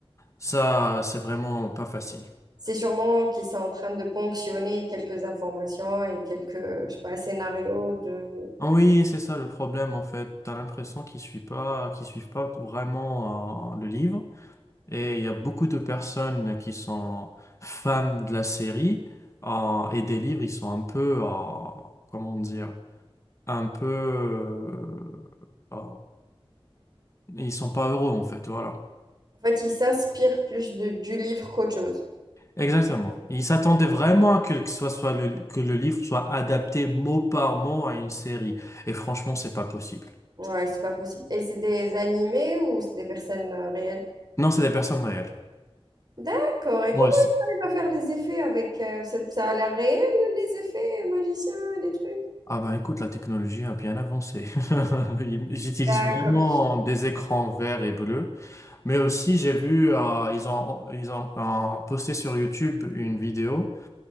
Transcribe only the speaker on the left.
ça, c'est vraiment pas facile.
Ah oui, c'est ça le problème en fait. T'as l'impression qu'ils suivent pas, qu'ils suivent pas vraiment euh, le livre. Et il y a beaucoup de personnes qui sont fans de la série euh, et des livres, ils sont un peu, euh, comment dire, un peu euh, euh, Et Ils sont pas heureux en fait, voilà.
Exactement. Ils s'attendaient vraiment à que, que soit, soit le, que le livre soit adapté mot par mot à une série. Et franchement, c'est pas possible.
Non, c'est des personnes réelles.
Moi c'est-
Ah ben écoute, la technologie a bien avancé. <laughs> Ils- J'utilise
vraiment des écrans verts et bleus. Mais aussi, j'ai vu, euh, ils ont, ils ont euh, posté sur YouTube une vidéo